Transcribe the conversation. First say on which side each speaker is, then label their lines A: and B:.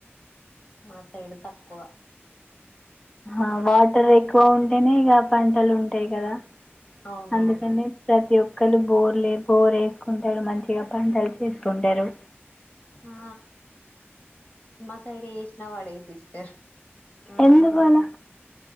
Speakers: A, on the left; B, on the left.
A: మా సైడు తక్కువ
B: ఆహ్ వాటర్ ఎక్కువ ఉంటేనే ఇగ పంటలు ఉంటాయి కదా.
A: అవునవును
B: అందుకన్నే ప్రతి ఒక్. క్కలు బోర్లే బోర్ ఎసుకుంటారు మంచిగా పంటలు చేసుకుంటారు.
A: ఆ మా సైడ్ ఏష్నా వాడవ్ సిస్టర్.
B: ఎందుకు అలా.